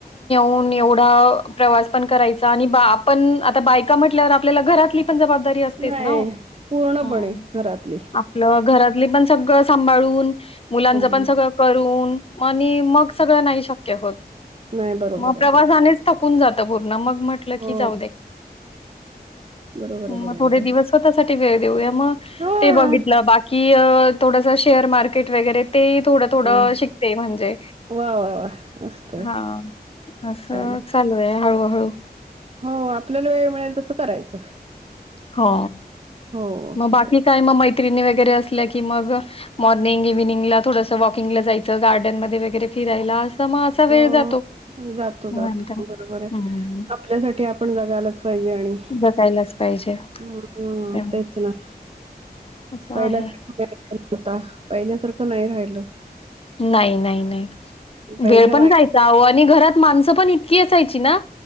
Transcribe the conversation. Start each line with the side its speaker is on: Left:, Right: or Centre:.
Left: पण एवढा प्रवास पण करायचा आणि आपण आता बायका म्हटल्यावर आपल्याला घरातली पण जबाबदारी असतेच
Right: नाही
Left: ना ओ.
Right: पूर्णपणे
Left: <inaudible>
Right: घरातली.
Left: आपलं घरातल पण स सगळ सांभाळून मुलांच
Right: हं,
Left: पण सगळ करून आणि मग सगळ नाही शक्य होत
Right: नाही बरोबर
Left: मग
Right: आहे,
Left: प्रवासानेच
Right: बरोबर.
Left: थकून जात पूर्ण मग म्हटलं
Right: हो,
Left: की जाऊ दे.
Right: बरोबर
Left: मग
Right: आहे, बरोबर
Left: थोडे
Right: आहे.
Left: दिवस स्वतःसाठी वेळ देऊया मग
Right: हां.
Left: ते बघितलं बाकी अ थोडस शेअर मार्केट वगैरे ते ही थोडं थोडं
Right: वाह!
Left: शिकते म्हणजे
Right: वाह, वाह, वाह! मस्त
Left: हा असं
Right: छान.
Left: चालू आहे हळूहळू
Right: हो आपल्याला वेळ मिळेल तसं करायचं.
Left: हो.
Right: हो
Left: म बाकी
Right: तेच.
Left: काय मैत्रिणी वैग रे असल्या की मग मॉर्निंग इव्हनिंगला थोडस वॉकिंग ला जायचं गार्डन मध्ये वगैरे फिरायला अस त म असा
Right: हो,
Left: वेळ जातो.
Right: जातो
Left: निवांत.
Right: जातो बरोबर आहे.
Left: हम्म.
Right: आपल्यासाठी आपण जगायलाच पाहिजे आणि
Left: जगायलाच पाहिजे
Right: मग
Left: तेव्हा
Right: तेच ना
Left: असं
Right: पहिल्या
Left: आहे.
Right: <unintelligible> होता पहिल्यासारखं नाही राहिलं.
Left: नाही नाही नाही
Right: पहिल्या
Left: वेळ पण
Right: बायका
Left: जायचा आहो आणि घरात माणसं पण इतकी सायची ना